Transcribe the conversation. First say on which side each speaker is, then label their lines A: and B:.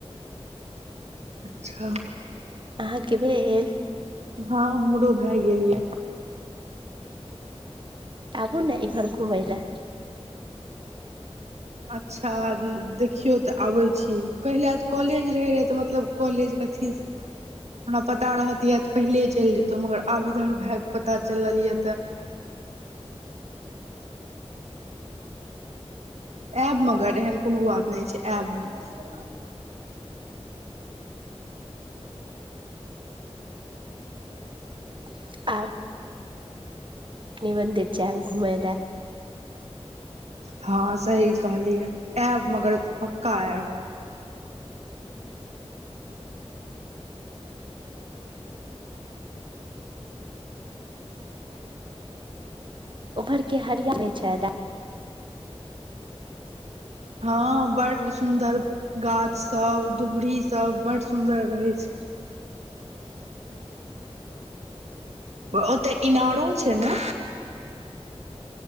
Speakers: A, on the right; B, on the right.
A: अच्छा।
B: अहाके भेल?
A: हं हमरो भैऽ गेल यैऽ।
B: आबु न एम्हर घुमय लय।
A: अच्छा द-देखियौ त आबै छी। पहिलेआ कॉलेज रहैरैहऽ त मतलब कॉलेज कथी? <unintelligible> हमरा पता रहतयै त पहिले चइल जैइतहुँ। मगर आब इधर भए क पता चललीयैऽ त ऐब मगर एहन कोनो वात नय छै ऐब हम।
B: <inaudible> कनी मन्दिर जैऽब घुमय लैऽ।
A: हं सही कहलियहे। ऐब मगर पक्का ऐऽब।
B: उम्हर के हरिया नय छय डा-
A: हं- बड़ सुंदर गाछ सब, दुभरी सब, बड्ड सुंदर रहै छय। ओ-तय इणारो छय ने?